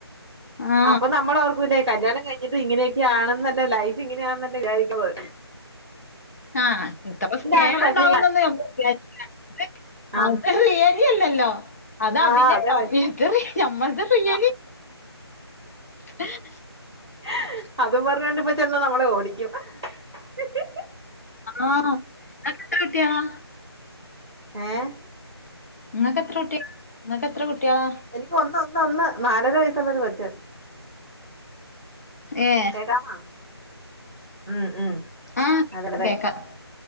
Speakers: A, on the left; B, in the centre.
A: ആ
B: അപ്പൊ നമ്മൾ ഓർക്കുലേ കല്യാണം കൈഞ്ഞി ഇത് ഇങ്ങനെയൊക്കെയാണെന്നല്ലേ ലൈഫ് ഇങ്ങനെയണല്ലേ വിചാരിക്കുമ്പോൾ
A: ആഹ ഇത്തെറെ സ്നേഹണ്ടാവുന്നൊന്ന്
B: ആണ് പക്ഷെ
A: ഞമ്മ്ള് വിചാരികുന്നത്
B: അതെ
A: <unintelligible> യല്ലല്ലോ? അത് അഭിനേണോ
B: ആഹ് അതെ പക്ഷെ
A: ബേക്കറി നമ്മൾത്തെ പ്രിയ്യനി
B: ആ
A: ഹേ ആഹ്
B: ഹഹഹ അതും പറഞ്ഞണ്ട് പറ്റ് നമ്മള ഓടിക്കും. ഹി ഹി ഹി
A: ആഹ എത്ര കിട്ടിയാൽ <unintelligible>
B: ഏഹ്
A: ങ്ങക്ക്എത്ര കുട്ടി ഇങ്ങകെത്ര കുട്ടിയേളാ?
B: എനിക്ക് ഒന്ന് ഒന്ന് ഒന്ന് നാലര വയസ്സുള്ള ഒരു കൊച്ച
A: ഏ
B: എടാ എടാ ഉം ഉം
A: ആ
B: അതടവെ
A: കേക്കാം